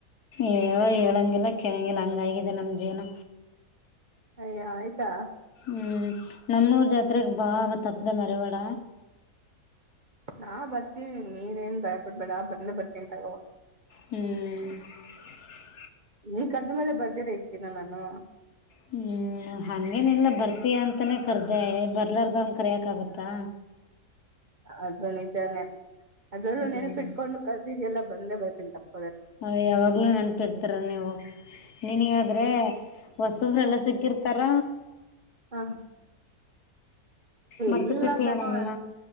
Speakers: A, on the left (about 80°); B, on the right (about 30°).
A: ಏೋ ಹೇಳಂಗಿಲ್ಲ ಕೇಳಂಗಿಲ್ಲ ಹಂಗಗಾಗಿದೆ ನಮ ಜೀವನ
B: ಅಯಾ ಆಯ್ತಾ
A: ಹ್ಮ್ ನಮ್ಮೂರ್ ಜಾತ್ರೆಗ್ ಬಾ ಮ ತಪ್ಪದೆ ಮರಿ ಬೇಡ
B: ನಾ ಬರ್ತೀವಿ ನೀನೇನು ಭಯ ಪಡ್ಬೇಡ ಬಂದೇ ಬರ್ತಿನ್ ತಗೋ
A: ಹ್ಮ್ <inaudible>
B: ಈ ಕರುದ್ಮೇಲೆ ಬರ್ದೇ ಇರ್ತೀನಾ ನಾನು
A: ಹ್ಮ್ ಹ ಹಾಗೇನ ಇಲ್ಲ ಬರ್ತೀಯ ಅಂತಲೇ ಕರೆದೆ ಬರ್ಲಾರ್ದು ಅವಂಗೆ ಕರೋಕ್ಕಾಗುತ್ತಾ
B: ಅದದು ನಿಜಾನೇ ಅದೆಲ್ಲೂ
A: ಹ್ಮ್
B: ನೆನಪಿಟ್ಕೊಂಡು ಕಸೀರಿ ಎಲ್ಲ ಬಂದೇ ಬರ್ತಿಂತಪ್ಪ
A: ಹ ಯಾವಾಗ್ಲೂ ನೆನಪಿ ಇರ್ತರ ನೀವು ನಿನಗಾದ್ರೆ ಹೊಸರೆಲ್ಲ ಸಿಕ್ಕಿರ್ತಾರ
B: ಹಾ
A: ಮರ್ತು
B: ಇಲ್ಲ
A: ಬಿಟ್ಟಿಯ
B: ಕಾನೋ
A: ನಮ್ನ